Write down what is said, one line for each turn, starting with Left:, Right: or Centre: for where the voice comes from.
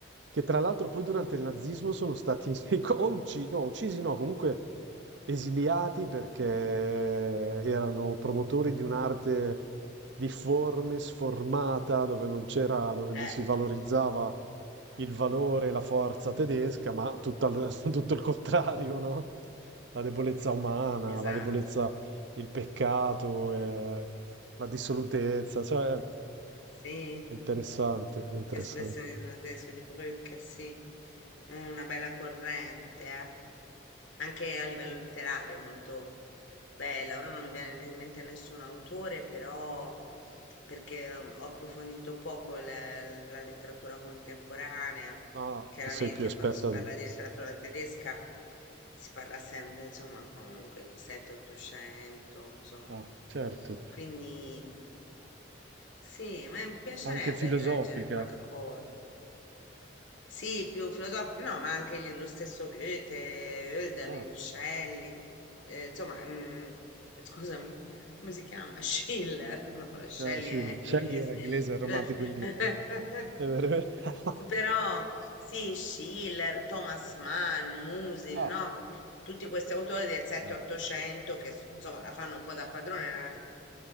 Right: che tra l'altro poi durante il nazismo sono stati <laughs> o uccisi, no, uccisi no, comunque esiliati perché erano promotori di un'arte difforme, sformata, dove non c'era, dove non
Left: eh,
Right: si valorizzava il valore e la forza
Left: mh-mh,
Right: tedesca, ma tutta l- <laughs> tutto il contrario, no? La debolezza umana,
Left: esatto,
Right: la debolezza il peccato, e la dissolutezza, cioè
Left: sì,
Right: è interessante, è interessante.
Left: espressionismo tedesco di Brück, sì, una bella corrente, eh. anche a livello letterario è molto bella. Ora non mi viene in mente nessun autore, però perché um, ho approfondito poco la, la letteratura contemporanea.
Right: Ah,
Left: Chiaramente
Right: che sei più esperta
Left: quando si parla
Right: di me.
Left: di letteratura tedesca si parla sempre, insomma, comunque di 7-800, insomma.
Right: Ah, certo,
Left: Quindi sì, ma mi piacerebbe
Right: anche filosofica.
Left: rileggere qualcosa. Sì, più filosofico, no, ma anche gli- lo stesso Goethe, Hölderlin,
Right: Ah,
Left: Shelley, eh, insomma, mm, scusami, come si chiama? Schiller, <laughs> no, la Shelley
Right: eh, Shelley
Left: è inglese,
Right: Shelley era inglese, era
Left: Eh,
Right: romantico inglese.
Left: <laughs>
Right: È vero- <laughs>
Left: però sì, Schiller, Thomas Mann, Musil,
Right: Ah,
Left: no? Tutti questi autori del 7-800
Right: ma
Left: che s- insomma la fanno un po' da padrone, nella